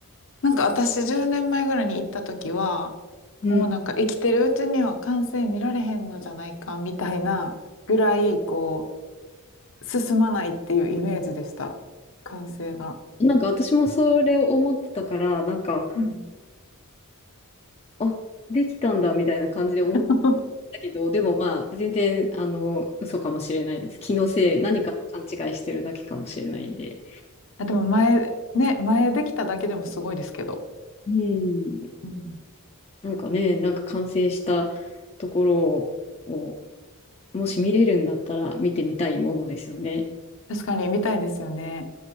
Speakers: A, on the left; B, on the left.
A: なんか私10年前ぐらいに行った時は、
B: うん。
A: もうなんか生きてるうちには完成見られへんのじゃないかみたいなぐらい、こう、進まないっていうイメージでした。完成が。
B: なんか私もそれを思ってたから、なんか、
A: うん。
B: あ、できたんだみたいな感じで思っ
A: <laughs>
B: たけど、でもまあ、全然、あの、嘘かもしれないです。気のせい、何かと勘違いしてるだけかもしれないんで。
A: あ、でも前、ね、前できただけでもすごいですけど。
B: うん。
A: うん。
B: なんかね、なんか完成したところを、もし見れるんだったら見てみたいものですよね。
A: 確かに見たいですよね。